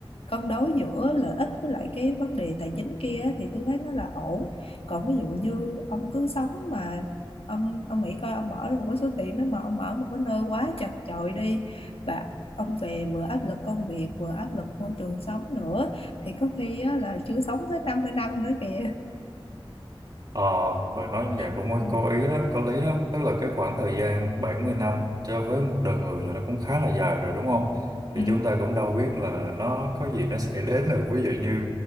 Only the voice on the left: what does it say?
cân đối giữa lợi ích với lại cái vấn đề tài chính kia á, thì tôi thấy nó là ổn còn ví dụ như ông cứ sống mà ông ông nghĩ coi ông bỏ ra một cái số tiền đó mà ông ở một cái nơi quá chật chội đi và ông về vừa áp lực công việc vừa áp lực môi trường sống nữa thì có khi á, là chưa sống tới 50 năm nữa kìa
<laughs>
ừ
ừ